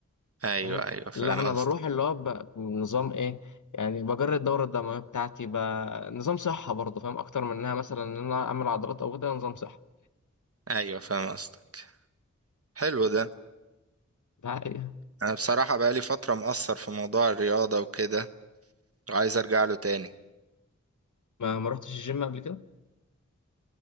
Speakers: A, on the right (about 50°); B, on the left (about 80°).
A: ايوه
B: فاهم
A: ايوه فاهم
B: لا انا
A: قصدك
B: بروح اللي هو ب- بنظام ايه يعني بجري الدوره الدمويه بتاعتي ب... نظام صحه برضه فاهم اكتر منها مثلا ان انا اعمل عضلات او كده نظام صحه
A: ايوه فاهم قصدك حلو ده
B: ده حقيقة.
A: انا بصراحة بقالي فترة مقصر في موضوع الرياضة وكده وعايز ارجع له تاني
B: ما ما رحتش الجيم قبل كده